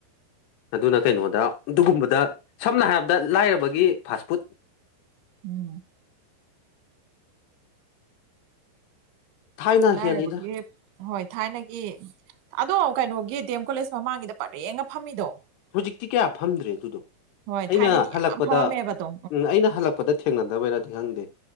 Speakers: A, on the left; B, on the right.
A: ꯑꯗꯨꯅ ꯀꯩꯅꯣꯗ ꯑꯗꯨꯒꯨꯝꯕꯗ ꯁꯝꯅ ꯍꯥꯏꯔꯕꯗ ꯂꯥꯏꯔꯕꯒꯤ ꯒꯤ ꯐꯥꯁ ꯐꯨꯗ
B: ꯎꯝ
A: ꯊꯥꯏꯅ
B: ꯂꯥꯏꯔꯕꯒꯤ
A: ꯍꯦꯜꯂꯤꯗ
B: ꯍꯣꯏ ꯊꯥꯏꯅꯒꯤ ꯑꯗꯣ ꯀꯩꯅꯣꯒꯤ ꯗꯤ ꯑꯦꯝ ꯀꯣꯂꯦꯖ ꯃꯃꯥꯡꯒꯤꯗ ꯄꯔꯦꯡꯒ ꯐꯝꯃꯤꯗꯣ
A: ꯍꯧꯖꯤꯛꯇꯤ ꯀꯌꯥ ꯐꯝꯗ꯭ꯔꯦ ꯑꯗꯨꯗꯣ
B: ꯍꯣꯏ
A: ꯑꯩꯅ
B: ꯊꯥꯏꯅꯗꯤ
A: ꯍꯜꯂꯛꯄꯗ
B: ꯌꯥꯝ ꯐꯝꯃꯝꯃꯦꯕꯗꯣ
A: ꯎꯝ ꯑꯩꯅ ꯍꯜꯂꯛꯄꯗ ꯊꯦꯡꯅꯗꯕꯩꯔꯗꯤ ꯈꯪꯗꯦ